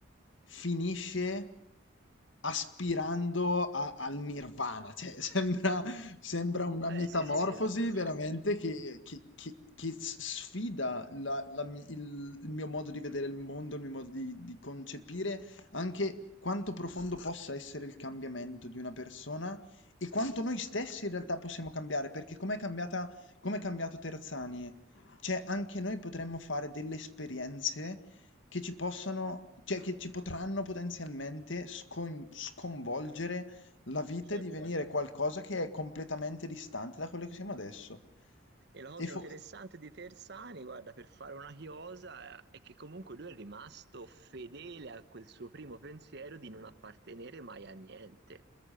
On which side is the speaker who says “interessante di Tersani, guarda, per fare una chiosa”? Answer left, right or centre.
Right